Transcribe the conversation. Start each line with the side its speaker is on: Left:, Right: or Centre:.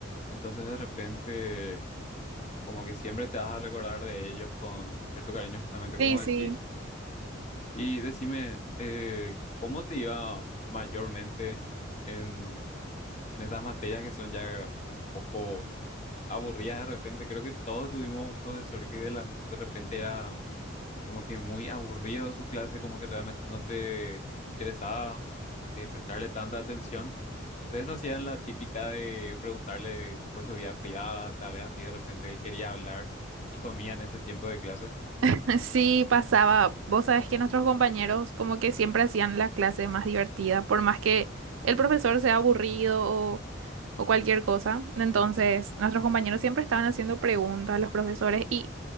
Left: entonces de repente como que siempre te vas a recordar de ellos con, con cierto cariño, justamente
Right: Sí,
Left: como
Right: sí.
Left: decís. Y decime, eh, ¿cómo te iba mayormente en, en esas materias que son ya un poco aburridas de repente? Creo que todos tuvimos un profesor que de, la- de repente era como que muy aburrido su clase, como que realmente no te interesaba eh, prestarle tanta atención. Ustedes no hacían la típica de preguntarle por su vida privada, tal vez así de repente él quería hablar y comían ese tiempo de clase.
Right: <laughs> Sí, pasaba. Vos sabés que nuestros compañeros como que siempre hacían la clase más divertida, por más que el profesor sea aburrido o cualquier cosa. Entonces, nuestros compañeros siempre estaban haciendo preguntas a los profesores y